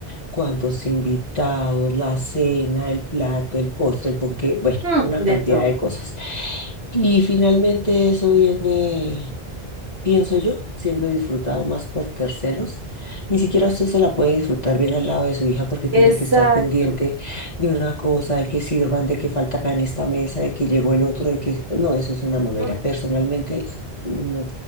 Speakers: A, on the left; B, on the right.
A: cuántos invitados, la cena, el plato, el postre, el ponqué, bueno,
B: Mm,
A: una
B: de
A: cantidad
B: todo.
A: de cosas. Y finalmente eso viene, pienso yo, siendo disfrutado más por terceros. Ni siquiera usted se la puede disfrutar bien al lado de su hija porque
B: Exacto.
A: tiene que estar pendiente de una cosa, de que sirvan, de que falta acá en esta mesa, de que llegó el otro, de que... No, eso es una mamera.
B: Mm,
A: Personalmente, no,